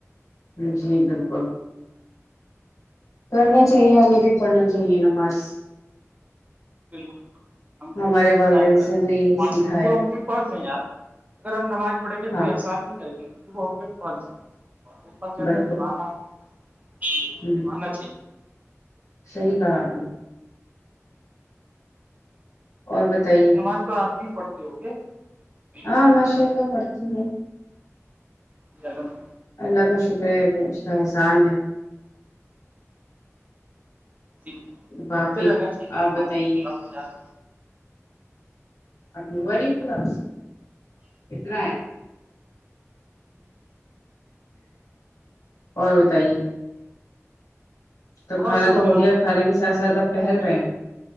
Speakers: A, on the left (about 75°); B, on the right (about 30°).
A: جی بالکل کرنا چاہیے ہمیں بھی پڑھنا چاہیے نمارس
B: بالکل ہم لوگوں
A: ہمارے
B: کو بھی
A: والدین
B: قائم کرنا
A: سے ہم
B: چاہیے
A: نے یہی
B: پانچ
A: سیکھا
B: روپے
A: ہے
B: جو ہم پ پڑھ دیں یار اگر ہم نمازڑیں گے
A: ہاں
B: کوئی احسانی کریں گی کیکہ وہ ہم پہ فرچ ہے اور وہ فرچ ہم
A: بالکل
B: نے زمانا ہے ے
A: ہ
B: مان چ
A: صحیح کہا آپ نے اور بتائیے
B: نماز تو آپ بھی پڑھتے ہو گے چلیے
A: ہاں مشاء اللہ پڑتی ہیں
B: الل ن
A: اللہ کا شکر ہے اس کا احسان ہے
B: ہے جی جی
A: باقی
B: بچتے رہنا چاہیز ممان
A: آپ بتائیے
B: اللہ پ
A: ا وہ نہیں پورا کتنا ہے اور بتائیے تو
B: اور
A: کھانا
B: سب
A: تو
B: اللہ
A: ہو گیا
B: کا شکر
A: کھانے
B: ہے
A: کے ساتھ ساتھ آپ ٹہل رہے ہیں